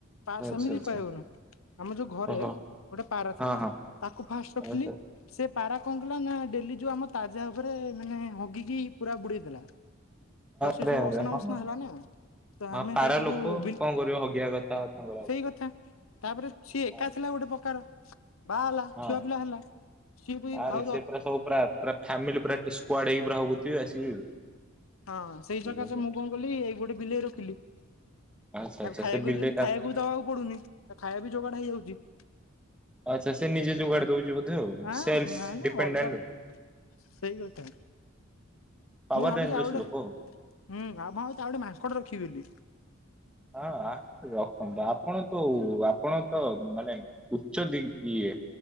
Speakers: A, on the left; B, in the centre.
A: ତାର
B: ଆଚ୍ଛା
A: ସେମିତି
B: ଆଚ୍ଛା
A: ପାଇଗଲ। ଆମ ଯୋଉ ଘରେ
B: ଓହୋ
A: ଗୋଟେ ପାରା
B: ହଁ
A: ଥିଲା
B: ହଁ
A: ତାକୁ ଫାଷ୍ଟ ରଖିଲି
B: ଆଚ୍ଛା
A: ସେ ପାରା କଣ ନା ଡେଲି ଯୋଉ ଆମ ତାଜା ଉପରେ ମାନେ ହଗିକି ପୁରା ବୁଡେଇ ଦେଲା। ତ ସେ
B: ଆରେ
A: ସବୁ
B: ଆରେ
A: ଅସନା
B: ହଁ
A: ମସନା ହେଲାନ।।
B: ହଁ
A: ତ ଆମେ
B: ପାରା
A: ସେଇ ଯୁରୁୁିଲ
B: ଲୋକ କଣ କରିବ ହଗିବା କଥା ତାଙ୍କର ଆଉ
A: ସେଇ କଥା। ତାପରେ ସିଏ ଏକା
B: ହଁ
A: ଥିଲା ଗୋଟେ ପ୍ରକାର ବାହା ହେଲା
B: ହଁ
A: ଛୁଆ ପିଲା ହେଲା ସିଏ ବି
B: ଆରେ
A: ଆ
B: ସେ ପୁରା ସବୁ ପୁରା ପୁରା ଫାମିଲି ପୁରା ସ୍ଡ ହେଇକ ପା ହଉଥିବ ଆସିକି।
A: ହଁ ସେଇ
B: ବୁଝିଲ।
A: ସକାଶେ ମୁଁ କଣ କଲି ଏଇ ଗୋଟେ ବିଲେଇ ରଖିଲି।
B: ଆଚ୍ଛା
A: ତା
B: ଆଚ୍ଛା
A: ଖାଇବାକୁ
B: ସେ ବିଲେଇଟା
A: ଖାଇବାକୁ ବି ଦବାକୁ ପଡୁନି ତା ଖାଇବା ବି ଯୋଗାଡ ହେଇଯାଉଛି।
B: ଆଚ୍ଛା ସେ ନିେ ଯୁାଡ ଦଉଛି।
A: ଆଁ
B: ସେଲ୍ସ
A: ମାନେ
B: ଡିପେଣ୍ଡେଣ୍ଟ।
A: ଅଲଗା ପ୍ରକାର ସେଇ କଥା
B: ପାୱାର
A: ମୁଁ ଭାବୁଛି
B: ରେଞଜର୍ସ
A: ଆଉ ଗୋଟେ
B: ଲୋକ।
A: ହୁଁ ଆଉ ଭଁ ତାଉ ଗୋଟେ ମାଂସକଟ ରଖିବି ବୋଲି
B: ହଁ ରଖ ବା। ଆପଣ ତ ଆପଣ ତ ମାନେ ଉଚ୍ଚ ଦି ଇଏ।